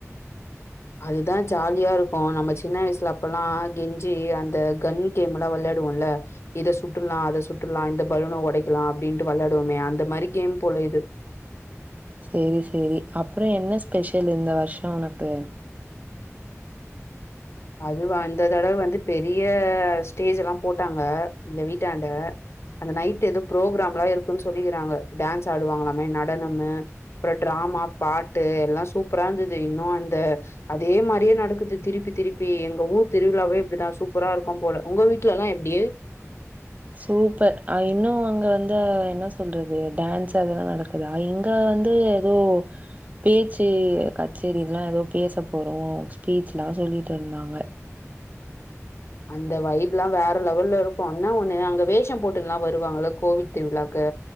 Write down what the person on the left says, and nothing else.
அதுதா ஜாலியா இருக்கு நம்ப சின்ன வயசுல அப்பயெல்லா கெஞ்சி அந்த கன் கேம் எல்லா விளையாடுவோல இத சுட்டுருலா அத சுட்டுருலா இந்த பலூன உடைக்கலா அப்டின்ட்டு விளையாடுவோமே அந்த மாரி கேம் போல இது
அதுவா இந்த தடவ வந்து பெரிய ஸ்டேஜ்ல்லா போட்டாங்க இங்க வீட்டாண்ட அந்த நைட் எதோ ப்ரோக்ராம்ல்லா இருக்குன் சொல்லிக்குறாங்க டான்ஸ் ஆடுவாங்களாமே நடனமு அப்றோ டிராமா பாட்டு எல்லா சூப்பரா இருந்தது இன்னு அந்த அதே மாரியே நடக்குது திருப்பி திருப் பே எங்க ஊர் திருவிழாவே இப்படிதா சூப்பரா இருக்கு போல உங்க வீட்டுலல்லா எப்டி
அந்த வைப்ல்லா வேற லெவல்ல இருக்கு என்னா ஒண்ணு அங்க வேஷம் போட்டுல்லா வருவாங்கள கோவிட் திருவிழாக்கு